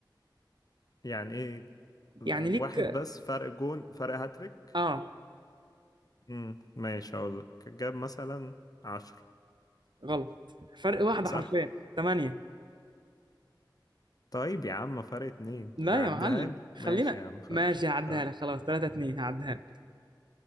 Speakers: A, on the left; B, on the right.
A: يعني ايه
B: يعني ليك
A: واحد بس فرق جون فرق هاتريك
B: اه
A: امم ماشي اقول لك جاب مثلا عشرة
B: غلط فرق واحدة
A: صح
B: حرفيا 8
A: طيب يا عم فرق اتنين
B: لا
A: ما
B: يا
A: عديها
B: معلم
A: لي
B: خلينا
A: ماشي يا عم خلاص
B: ماشي هعديها
A: اه
B: لك خلاص 3 2 هعديها لك